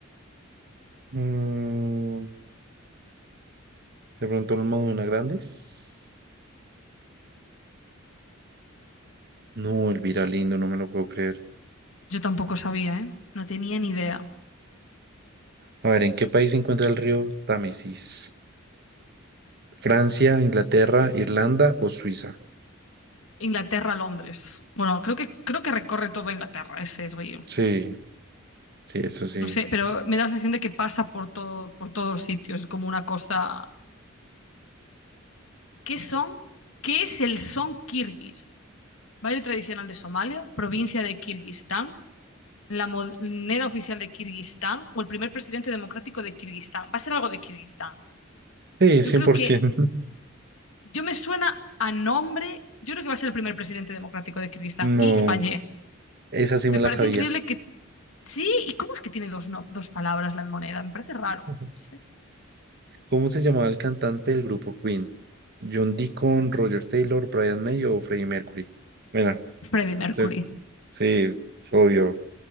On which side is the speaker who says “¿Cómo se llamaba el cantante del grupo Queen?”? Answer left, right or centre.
Right